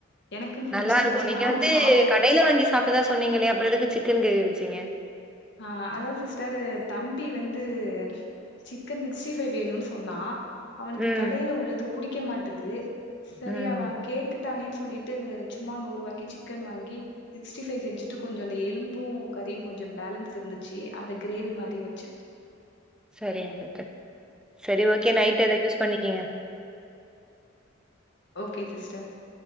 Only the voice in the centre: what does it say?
நல்லா இருக்கு நீங்க
வந்து
கடயில வாங்கி சாப்ட்டதா சொன்னீங்களே அப்றோ எதுக்கு சி சிக்கன் கிரேவி வச்சீங்க
ம்
ம்
சரின்ட்டே சரி ஓகே நைட் அத யூஸ் பண்ணிக்கீங்க